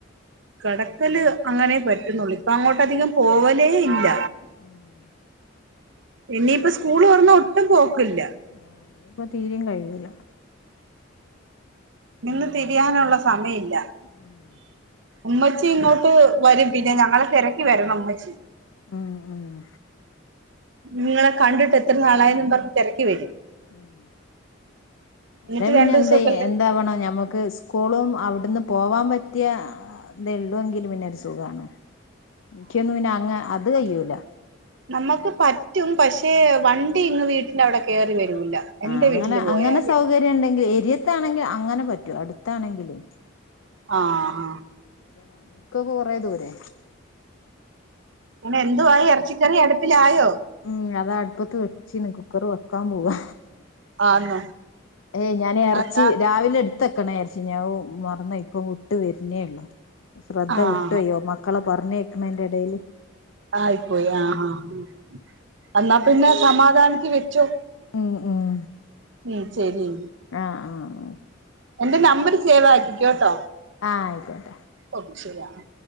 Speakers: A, on the right; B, on the left.
A: കടക്കല് അങ്ങനെ പറ്റുന്നുള്ളൂ ഇപ്പ അങ്ങോട്ടധികം പോവലേയില്ല.
B: ഉം.
A: ഇനിയിപ്പ സ്കൂള് തൊർന്നാ ഒട്ടും പോക്ക്ല്ല.
B: ആഹ് ഞ്ഞ്പ്പ തീരിം കഴിയൂല.
A: നിന്ന് തിരിയാനുള്ള സമയല്ല.
B: ഉം
A: ഉമ്മച്ചി ഇങ്ങോട്ട് വരും പിന്നെ ഞങ്ങളെ തെരക്കി വരണം മ്മച്ചി.
B: ഉം ഉം.
A: ങ്ങളെ കണ്ടിട്ട് എത്ര നാളായിന്നു പർഞ്ഞ് തെര്ക്കി വരും.
B: ഉം
A: എന്നിട്ട്
B: ല്ലെ പിന്നെ
A: രണ്ടു ദിവസൊക്കെ
B: എന്തയ് എന്താവണം ഞമ്മക്ക് സ് കൂളും അവിട്ന്ന് പോവാ പറ്റ്യ തെള്ളൂ എങ്കില് പിന്നൊരു സുഖാണ്. ക്ക്യൊന്നും പിന്നെ അങ്ങ് അത് കയ്യൂല.
A: നമ്മക്ക് പറ്റും പക്ഷേ വണ്ടി ഇങ്ങ് വീട്ടിന്റവിടെ കേറി വരൂല്ല. എന്റെ
B: ആഹ് അങ്ങനെ
A: വീട്ടില് പോയാല്
B: അങ്ങന സൗകര്യണ്ടെങ്കില് എരിയത്താണെങ്കില് അങ്ങന പറ്റൂ അടുത്താണെങ്കില്.
A: ആഹ് ആഹ്.
B: പക്ഷെ ഞാന് ഇൻക്കൊക്കെ കൊറെ ദൂരെ.
A: ങ്ങനെ എന്തുവായി എറച്ചിക്കറി അടുപ്പിലായോ.
B: ഉം അതാ അട്പ്പത്ത് വെച്ചിന് കുക്കറ് വെക്കാ പോവാ.
A: ആന്നോ
B: ഏയ് ഞാന് എർച്ചി
A: അതാ
B: രാവിലെട് ത്തക്കണ ചാര്ച്ചിനി അഹ് മറന്നോയി പ്പ വിട്ട് വര്നേള്ളു. സ്രദ്ധ
A: ആഹ
B: വിട്ടോയ് മക്കളെ പർഞ്ഞേയ്ക്കണേന്റെടേല്.
A: ആയിപ്പോയി ആഹ് ആഹ് ആ എന്നാ പിന്നെ സമാധാനത്തി വെച്ചോ.
B: ഉം ഉം
A: ഉം ശരി. <unintelligible>
B: ആഹ് ആഹ്.
A: എന്റെ നമ്പര് സേവാക്കിക്ക്യോ ട്ടോ.
B: ആഹ് ആയ്ക്കോട്ടെ.
A: ഓക്കെ ശര്യാണ്.